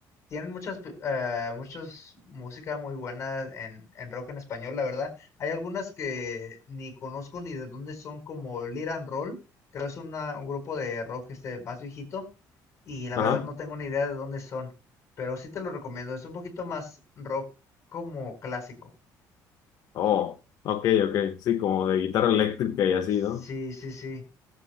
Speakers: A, on the left; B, on the left.
A: tienen muchas, eh, muchas música muy buena en, en rock en español, la verdad. Hay algunas que ni conozco ni de dónde son, como Lead and Roll, creo es una, un grupo de rock este más viejito, y la
B: Ajá.
A: verdad no tengo ni idea de dónde son, pero sí te lo recomiendo, es un poquito más rock como clásico.
B: Oh, ok, ok. Sí, como de guitarra eléctrica y así,
A: Sí,
B: ¿no?
A: sí, sí,